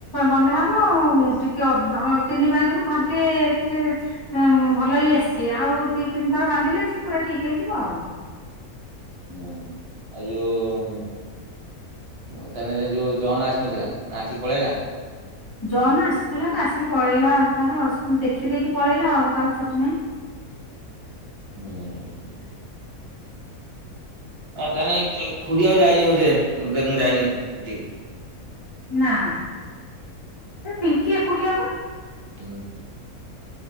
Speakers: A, on the left; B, on the right.
A: ବନ୍ଧା ହବ ଆଉ ଟିକେ ତିନି ଭାଗରୁ ଭାଗେ ଟିକେ ଭଲ ହେଇ ଆସିଛି ଆଉ ଦି ତିନି ଥର ବାନ୍ଧିଲେ ସେ ପୁରା ଠିକ ହେଇଯିବ ଆଉ।
B: ହୁଁ ଆଉ ଯୋଉ ତାନେ ଯୋଉ ଜନ୍ ଆସିନଥିଲା ନା ଆସିକି ପଳେଇଲା?
A: ଜନ୍ ଆସିଥିଲା ନା ଆସିକି ପଳେଇଲା ତାର ସେ ଦେଖି ଦେଇକି ପଳେଇଲା ଆଉ ତାର ଛୁଟି ନାଇଁ।
B: ହୁଁ। ତାନେ ଏଇ ଖୁଡି ଆଉ ଯାଇନି ବୋଧେ <unintelligible> ଯାଇନି ସେଠିକି?
A: ନା ସେ ପିଙ୍କି ଏକୁଟିଆ ପା।
B: ହୁଁ।